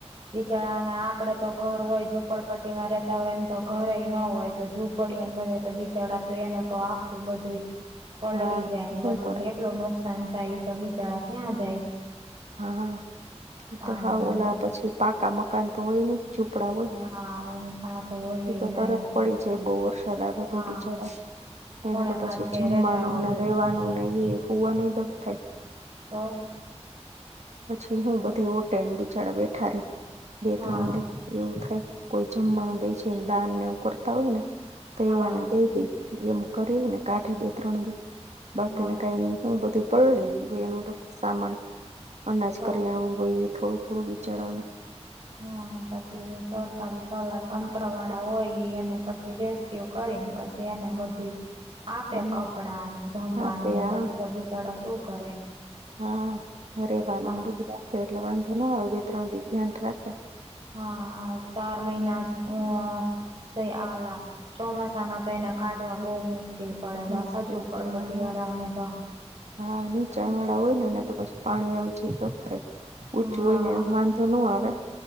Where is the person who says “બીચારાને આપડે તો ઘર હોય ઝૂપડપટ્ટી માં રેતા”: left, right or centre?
Right